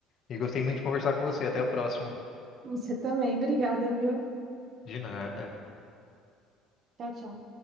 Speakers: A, on the left; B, on the right.
A: E gostei muito de conversar com você. Até a próxima.
B: Você também, obrigada, viu?
A: De nada.
B: Tchau, tchau.